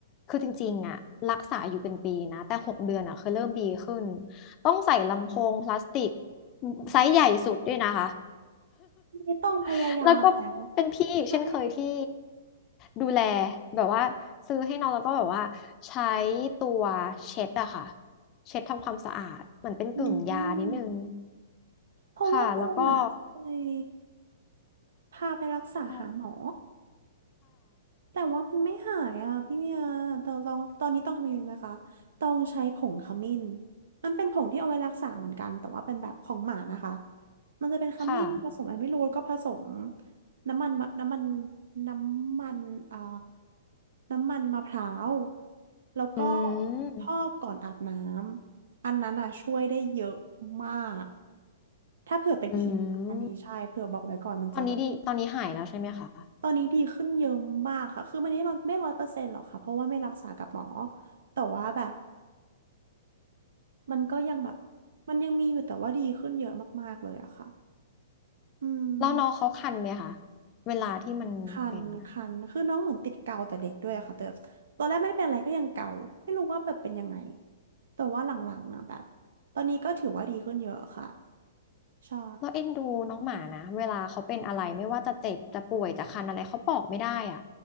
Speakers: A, on the left (about 35°); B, on the right (about 75°).
A: คือจริงๆอะรักษาอยู่เป็นปีนะแต่หกเดือนอะเคยเริ่มดีขึ้นต้องใส่ลำโพงพลาสติกไซส์ใหญ่สุดด้วยนะคะ
B: นี่ต้องพยายามแล้ว
A: <laughs> แล้วก็เป็นพี่อีกเช่นเคยที่
B: ใช่
A: ดูแลแบบว่าซื้อให้น้องแล้วก็แบบว่าใช้ตัวเช็ดอะค่ะเช็ดทำความสะอาดเหมือนเป็นกึ่งยานิดนึง
B: อืมเพราะว่าตรงอ่ะเคย
A: ค่ะแล้วก็
B: พาไปรักษาหาหมอ
A: ค่ะ
B: แต่ว่ามันไม่หายอ่ะพี่เมียตอนลองตอนนี้ต้องทำยังไงรู้ไหมคะต้องใช้ผงขมิ้นมันเป็นผงที่เอาไว้รักษาเหมือนกันแต่ว่าเป็นแบบของหมานะคะมันจะเป็นขมิ้นผสมอะไรไม่รู้แล้วก็ผสม
A: ค่ะ
B: น้ำมันมะน้ำมันน้ำมันอ่าน้ำมันมะพร้าวแล้วก็
A: อืม
B: พอกก่อนอาบน้ำอันนั้นอ่ะช่วยได้เยอะมากถ้าเผื่อเป็นอีกอันนี้ใช่เผื่อบอกไว้ก่อนมันจะแบบ
A: อืมตอนนี้ดีตอนนี้หายแล้วใช่ไหมคะ
B: ตอนนี้ดีขึ้นเยอะมากค่ะคือมันไม่ร้อยไม่ร้อยเปอร์เซ็นต์หรอกค่ะเพราะว่าไม่รักษากับหมอแต่ว่าแบบมันก็ยังแบบมันยังมีอยู่แต่ว่าดีขึ้นเยอะมากๆเลยอะค่ะอืม
A: แล้วน้องเขาคันไหมคะเวลาที่มันเป็นน่ะ
B: คันคันคือน้องเหมือนติดเกาแต่เด็กด้วยอะค่ะแต่ตอนแรกไม่ได้เป็นอะไรก็ยังเกาไม่รู้ว่าแบบเป็นยังไงแต่ว่าหลังๆอะแบบตอนนี้ก็ถือว่าดีขึ้นเยอะค่ะ ใช่
A: เราเอ็นดูน้องหมานะเวลาเขาเป็นอะไรไม่ว่าจะเจ็บจะป่วยจะคันอะไรเขาบอกไม่ได้อะ